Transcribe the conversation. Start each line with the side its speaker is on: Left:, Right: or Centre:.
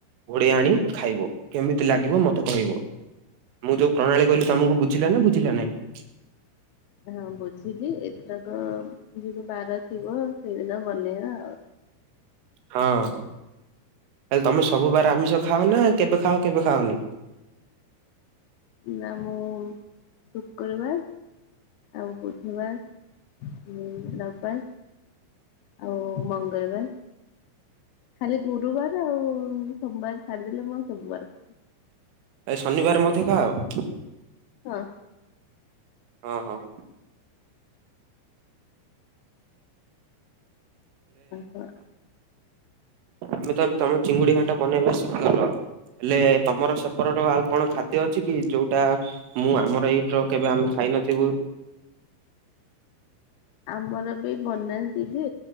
Right: ଘୋଡ଼େଇ ଆଣି ଖାଇବ କେମିତି ଲାଗିବ ମତେ କହିବ। ମୁଁ ଯୋଉ ପ୍ରଣାଳୀ କହିଲି ତମକୁ ବୁଝିଲା ନା ବୁଝିଲା ନାହିଁ।
Left: ହଁ ବୁଝିଲି ଏଥରକ ଯୁ ବାର ଥିବ ସେଇଦିନ ବନେଇବା ଆଉ।
Right: ହଁ। ହେଲେ ତମେ ସବୁ ବାର ଆମିଷ ଖାଅ ନା କେବେ ଖାଅ କେବେ ଖାାଓନି।
Left: ନା ମୁଁ ଶୁକ୍ରବାର ଆଉ ବୁଧବାର ରବିବାର ଆଉ ମଙ୍ଗଳବାର ଖାଲି ଗୁରୁବାର ଆଉ ସୋମବାର ଛାଡ଼ି ଦେଲେ ମୁଁ ସବୁବାର ଖା
Right: ଏ ଶନିବାର ମଧ୍ୟ ଖା ଅ?
Left: ହଁ।
Right: ହଁ ହଁ।
Left: <unintelligible>
Right: ତମେ ତ ଏବେ ତମେ ଚିଙ୍ଗୁଡି ଘାଟା ବନେଇବା ଶିଖିଗଲ। ହେଲେ ତମର ସେପର ର ଆଉ କଣ ଖାଦ୍ୟ ଅଛି କି ଯୋଉଟା ମୁଁ ଆମର ଏଇଟ କେବେ ଆମେ ଖାଇ ନଥିବୁ।
Left: ଆମର ବି ବନାନ୍ତି ଯେ